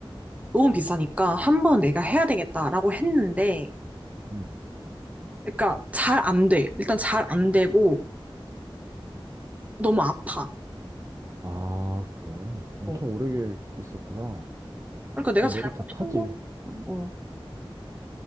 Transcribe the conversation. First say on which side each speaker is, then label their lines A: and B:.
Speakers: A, on the right; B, on the right.
A: 너무 비싸니까 한 번 내가 해야 되겠다라고 했는데,
B: 응.
A: 그러니까 잘 안 돼. 일단 잘 안 되고 너무 아파.
B: 아, 그래. 엄청
A: 어.
B: 오래 있었구나.
A: 그러니까 내가
B: 그럼
A: 잘못한
B: 머리 다 타지.
A: 걸 수도 있어. 어.